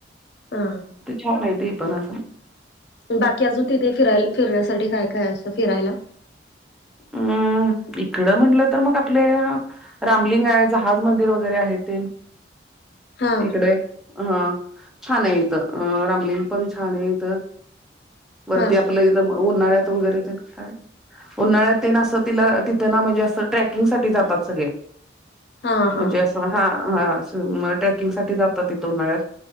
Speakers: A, on the left (about 60°); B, in the centre.
A: हा
B: छान आहेे ती पन
A: बाकी अजून तिथे फिरायला फिरण्यासाठी काय काय असतं फिरायला
B: हम् इकडं म्हटलं तर मग आपल्या रामलिंग आहे जहाज मंदिर वगैरे आहे ते
A: हा
B: इकडे ह छान आहेे इथू रामलींग पण छान येत वरती
A: हा
B: आप आपलं एकदम उन्हाळ्यात वगैरे येत काय उन्हाळ्या ते ना असं तिला तिथं ना म्हणजे असं ट्रेकिंग साठी जातात सगळे.
A: हा हा
B: म्हणजे असं हा हा असं मग ट्रेकिंग साठी जातात तिथं उन्हाळ्यात